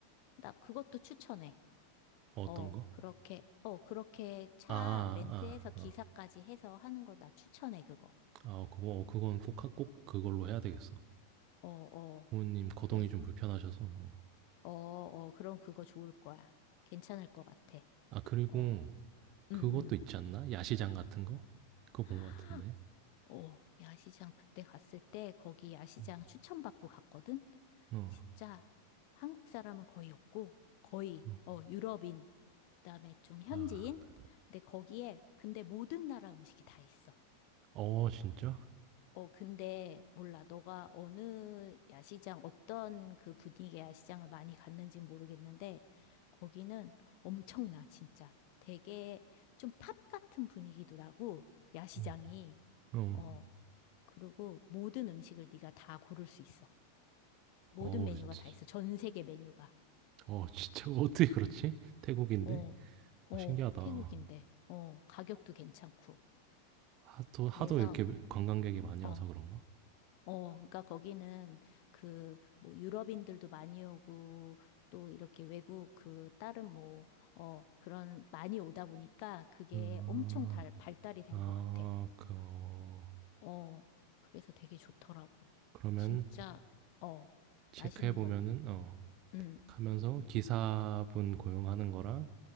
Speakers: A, on the left (about 45°); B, on the right (about 40°).
A: 나 그것도 추천해.
B: 어떤
A: 어,
B: 거?
A: 그렇게, 어, 그렇게 차
B: 아 아
A: 렌트해서 기사까지
B: 아. 어.
A: 해서 하는 거 나 추천해, 그거.
B: 아 어, 그거 어 그건 꼭 하 꼭 그걸로 해야 되겠어.
A: 어, 어.
B: 부모님 거동이
A: 그래서,
B: 좀 불편하셔서. 어.
A: 어, 어, 그럼 그거 좋을 거야. 괜찮을 것 같아.
B: 아 그리고
A: 어,
B: 그것도
A: 응, 응.
B: 있지 않나? 야시장 같은 거? 그거
A: <gasps>
B: 본 것 같은데.
A: 어, 야시장 그때 갔을 때 거기 야시장
B: 음.
A: 추천받고 갔거든?
B: 어.
A: 진짜 한국 사람은 거의 없고 거의
B: 어.
A: 어 유럽인 그다음에 좀 현지인
B: 아.
A: 근데 거기에 근데 모든 나라 음식이 다 있어.
B: 어 진짜?
A: 어 근데 몰라 너가 어느 야시장 어떤 그 분위기의 야시장을 많이 갔는진 모르겠는데 거기는 엄청나 진짜 되게 좀 팝 같은 분위기도 나고 야시장이
B: 음. 어.
A: 어 그리고 모든 음식을 네가 다 고를 수 있어. 모든
B: 어우
A: 메뉴가
B: 지
A: 다 있어. 전 세계 메뉴가.
B: 어 진짜 <laughs> 어떻게 그렇지? 태국인데?
A: 어,
B: 어
A: 어,
B: 신기하다.
A: 태국인데, 어, 가격도 괜찮고.
B: 하도
A: 그래서,
B: 하도 이렇게 관광객이 많이
A: 어,
B: 와서 그런가?
A: 어, 그러니까 거기는 그, 뭐, 유럽인들도 많이 오고, 또 이렇게 외국 그, 다른 뭐, 어, 그런, 많이 오다 보니까 그게
B: 아.
A: 엄청 달, 발달이 된
B: 아
A: 것 같아.
B: 그 어
A: 어, 그래서 되게 좋더라고.
B: 그러면
A: 진짜, 어,
B: 체크해
A: 맛있는
B: 보면은
A: 거, 먹-
B: 어
A: 음,
B: 가면서 기사분 고용하는 거랑